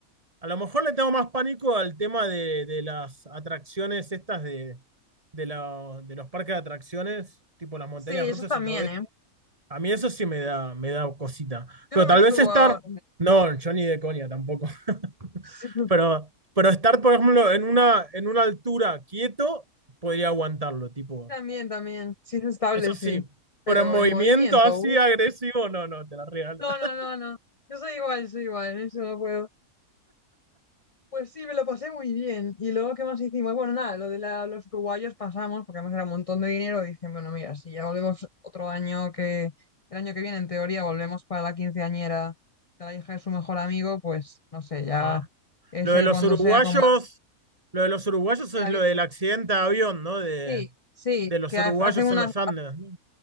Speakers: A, on the right; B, on the left.
A: a lo mejor le tengo más pánico al tema de, de las atracciones estas de, de, la- de los parques de atracciones, tipo las montañas
B: Sí,
A: rusas
B: yo también,
A: y todo esto.
B: ¿eh?
A: A mí eso sí me da, me da cosita.
B: Yo
A: Pero
B: no
A: tal
B: me subo
A: vez estar.
B: a...
A: No, yo ni de coña tampoco. <laughs>
B: <laughs>
A: Pero, pero estar, por ejemplo, en una, en una altura quieto, podría aguantarlo, tipo.
B: También, también. Sí, es estable,
A: Eso
B: sí.
A: sí. Pero
B: Pero
A: en movimiento
B: en movimiento.
A: así
B: uh.
A: agresivo, no, no, te la regalo.
B: No,
A: <laughs>
B: no, no, no. Yo soy igual, soy igual. Eso no puedo. Pues sí, me lo pasé muy bien. Y luego, ¿qué más hicimos? Bueno, nada, lo de la- los uruguayos pasamos, porque además era un montón de dinero. y Dije, bueno, mira, si ya volvemos otro año que, el año que viene, en teoría, volvemos para la quinceañera de la hija de su mejor amigo, pues no sé, ya
A: Ah.
B: ese
A: Lo de los
B: cuando
A: uruguayos,
B: sea con más.
A: lo de los uruguayos es
B: era
A: lo
B: bien-
A: del accidente de avión, ¿no? De,
B: Sí, sí,
A: de los
B: que
A: uruguayos
B: ha- hacen una,
A: en los Andes, ¿no?